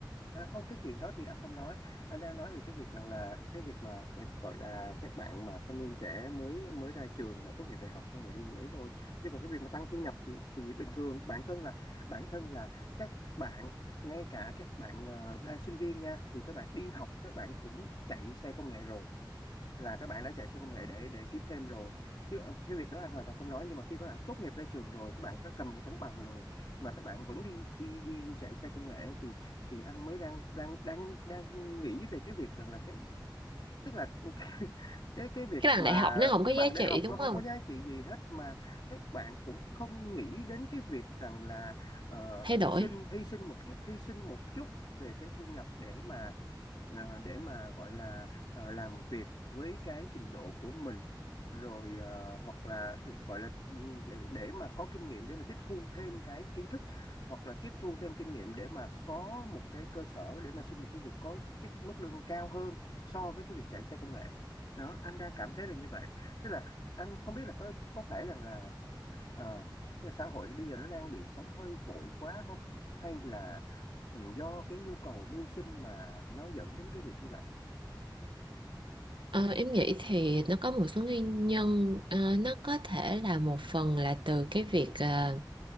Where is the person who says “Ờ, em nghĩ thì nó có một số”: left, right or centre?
Right